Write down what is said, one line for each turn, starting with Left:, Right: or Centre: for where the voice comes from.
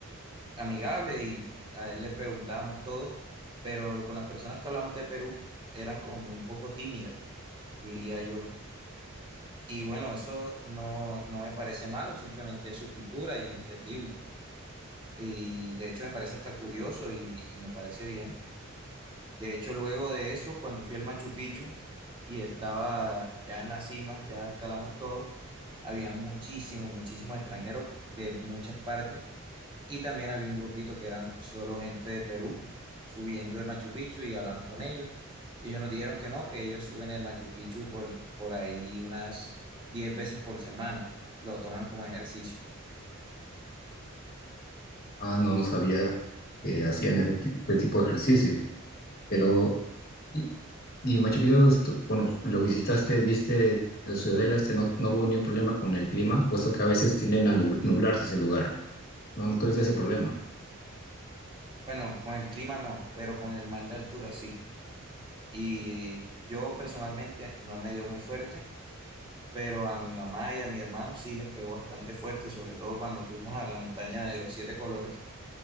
Right: amigable y a él le preguntábamos todo, pero con las personas que hablamos de Perú eran como muy un poco tímidas diría yo. Y bueno, eso no, no me parece malo, simplemente es su cultura y es entendible. Y de hecho me parece hasta curioso y, y me parece bien. De hecho, luego de eso, cuando fui al Machu Picchu y estaba ya en la cima, ya escalamos todo, había muchísimos, muchísimos extranjeros de muchas partes y también había un grupito que eran solo gente de Perú subiendo el Machu Picchu y hablamos con ellos. Y ellos nos dijeron que no, que ellos suben el Machu Picchu por, por ahí unas 10 veces por semana. Lo toman como ejercicio.
Left: Ah, no, no sabía que hacían ese ti- ese tipo de ejercicio. Pero, y, y Machu Picchu, estu- bueno, lo visitaste, viste la ciudadela, este, no, no hubo ningún problema con el clima, puesto que a veces tienden a nub- nublarse ese lugar. No, no tuviste ese problema.
Right: Bueno, con el clima no, pero con el mal de altura sí. Y yo personalmente no me dio muy fuerte, pero a mi mamá y a mi hermano sí les pegó bastante fuerte, sobre todo cuando fuimos a la montaña de los siete colores